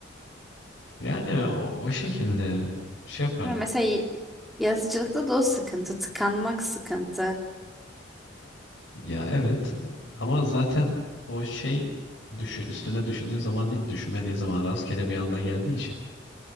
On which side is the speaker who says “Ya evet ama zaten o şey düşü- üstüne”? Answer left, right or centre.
Left